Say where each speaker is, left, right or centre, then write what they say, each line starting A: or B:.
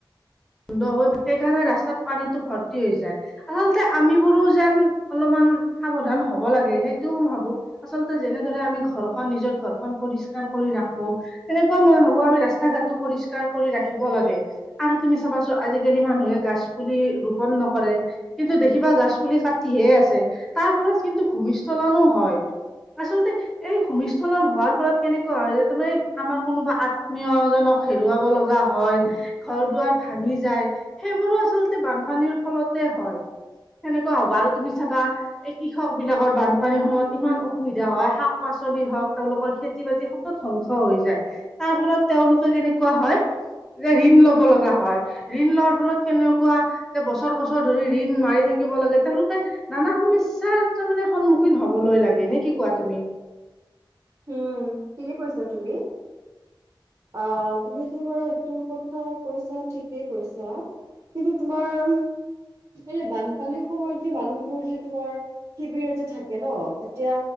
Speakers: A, in the centre; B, on the right.
A: বন্ধ হৈ সেইকাৰণে ৰাস্তাত পানীটো ভৰ্তি হৈ যায়। আচলতে আমিবোৰো যেন অলপমান সাৱধান হ'ব লাগে সেইটোও ভাবোঁ। আচলতে যেনেদৰে আমি ঘৰখন নিজৰ ঘৰখন পৰিষ্কাৰ কৰি ৰাখোঁ। তেনেকুৱা মই ভাবোঁ আমি ৰাস্তা ঘাটতো পৰিষ্কাৰ কৰি ৰাখিব লাগে। আৰু তুমি চাবাছো আজিকালি মানুহে গাছ পুলি ৰোপন নকৰে। কিন্তু দেখিবা গাছ পুলি কাটিহে আছে তাৰ ফলত কিন্তু ভূমিস্খলনো হয়। আচলতে এই ভূমিস্খলন হোৱাৰ ফলত কেনেকুৱা হয় যে তোমাৰ এ আমাৰ কোনোবা আত্মীয়জনক হেৰুৱাব লগা হয় ঘৰ - দুৱাৰ ভাঙি যায় সেইবোৰো আচলতে বানপানীৰ ফলতে হয়। সেনেকুৱা হ'ব আৰু তুমি চাবা এই কৃষকবিলাকৰ বানপানীৰ সময়ত ইমান অসুবিধা হয় শাক পাচলি হওঁক, তেওঁলোকৰ খেতি বাতিও অ ধ্বংস হৈ যায় তাৰ ফলত তেওঁলোকে কেনেকুৱা হয় যে ঋণ ল'ব লগা হয়, ঋণ লোৱাৰ ফলত কেনেকুৱা যে বছৰ বছৰ ধৰি ঋণ মাৰি থাকিব লাগে তেওঁলোকে নানা সমস্যাৰ তাৰ মানে সন্মুখীন হ'বলৈ লাগে নে কি কোৱা তুমি?
B: উম, ঠিকে কৈছা তুমি। আ তুমি যি বাৰু এইটো কথা কৈছা ঠিকেই কৈছা। কিন্তু, তোমাৰ এনেই বানপানীৰ সময়ত যে মানুহবোৰ যে তোমাৰ- শিবিৰতে থাকে ন তেতিয়া